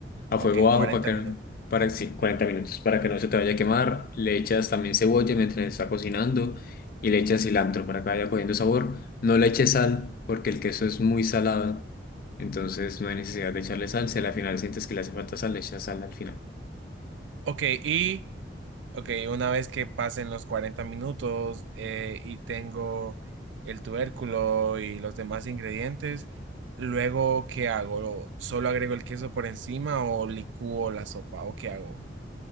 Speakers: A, on the left; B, on the right.
A: a
B: Ok,
A: fuego bajo
B: 40
A: para que,
B: minutos.
A: para, sí, 40 minutos para que no se te vaya a quemar. Le echas también cebolla mientras está cocinando y le echas cilantro para que vaya cogiendo sabor. No le eches sal porque el queso es muy salado, entonces no hay necesidad de echarle sal. Si al final sientes que le hace falta sal, le echas sal al final.
B: Ok, y Ok, una vez que pasen los 40 minutos eh, y tengo el tubérculo y los demás ingredientes, luego, ¿qué hago? ¿Lo- ¿Solo agrego el queso por encima o licúo la sopa? ¿O qué hago?